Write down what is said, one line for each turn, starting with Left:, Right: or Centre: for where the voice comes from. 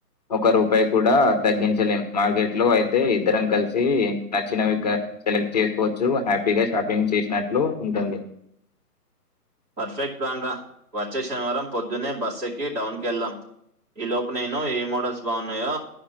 Left: ఒక రూపాయి కూడ తగ్గించలేం మార్కెట్లో అయితే ఇద్దరం కలిసి నచ్చినవి సెలెక్ట్ చేసుకోవచ్చు హ్యాపీగా షాపింగ్ చేసినట్లు ఉంటుంది
Right: పర్ఫెక్ట్ ప్లాన్రా వచ్చే శనివారం పొద్దునే బస్ ఎక్కి టౌన్కి వెళ్దాం ఈ లోపు నేను ఏ మోడల్స్ బాగున్నాయో